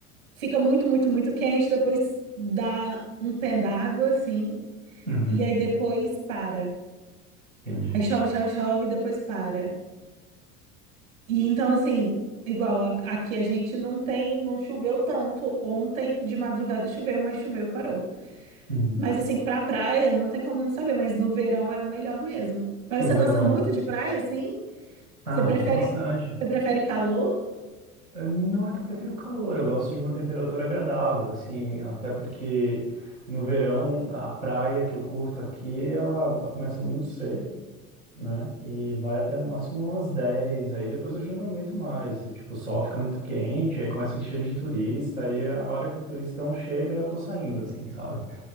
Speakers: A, on the right (about 70°); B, on the right (about 90°).
A: fica muito, muito, muito quente, depois dá um pé d'água assim,
B: Uhum,
A: e aí depois para.
B: entendi.
A: Aí chove, chove, chove, e depois para. E então, assim, igual a- aqui a gente não tem, não choveu tanto. Ontem de madrugada choveu, mas choveu, parou.
B: Uhum.
A: Mas assim, pra praia não tem como não saber, mas no verão é o melhor mesmo. Mas
B: No
A: você
B: verão,
A: gosta muito
B: né?
A: de praia, assim?
B: Ah,
A: Você
B: eu
A: prefere,
B: curto bastante.
A: você prefere calor?
B: Eh, Não é que eu prefiro o calor, eu gosto de uma temperatura agradável, assim, até porque no verão a praia que eu curto aqui, ela começa muito cedo, né? E vai até no máximo umas 10, aí depois eu já não aguento mais. e, Tipo, o sol fica muito quente, aí começa a encher de turista, aí a hora que o turistão chega, eu tô saindo, assim, <laughs> sabe?